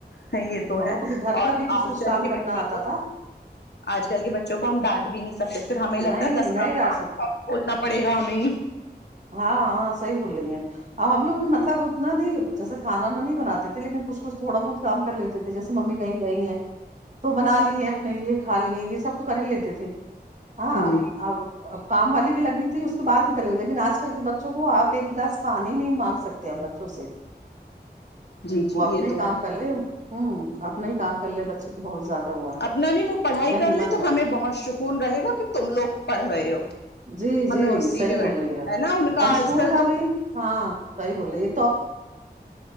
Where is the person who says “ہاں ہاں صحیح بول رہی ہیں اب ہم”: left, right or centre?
Right